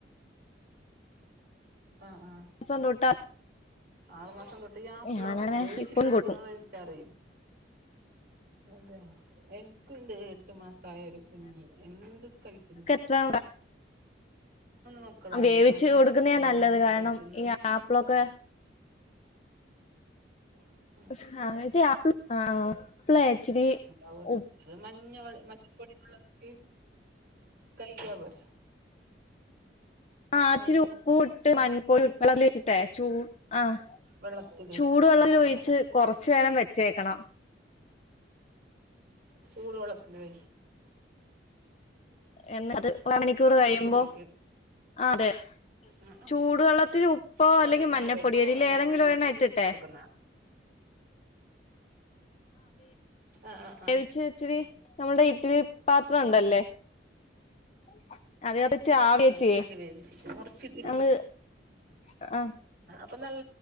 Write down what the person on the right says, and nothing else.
<inaudible> ആഹ് ആഹ്
ആറു മാസം തൊട്ട് ഈ ആപ്പിള്
വേവിച്ചിട്ട്
എടുക്കുന്നത്
എനിക്കാറിം അതെയ എനിക്കുണ്ട് എട്ട് മാസായ ഒരു കുഞ് എന്ത് കഴിക്കു
മക്കളാണ്
മോന്
ഒമ്പതാം
ക്ലാസ്സിൽ
പഠിക്കുന്നു
<inaudible>
അഓൽത്
മഞ്ഞ <unintelligible> കയ്ക്യാ പോരെ
മഞ്ഞ
വെള്ളത്തിലിട്ടിട്ട്
വെക്കണല്ലേ
ചൂട് വെള്ളത്തില്
കൂട്ടിട്ട്
ആ ആ
അരമണിക്കൂർ
കഴിയുമ്പോ
അതിന്
വേവി
കൊടുക്കുന്ന
ആഹ് ആഹ് ആഹ്
ആഹ് അയില് വേവിച്ചിട്ട് മുറിച്ചിട്ടിട്ട് <unintelligible>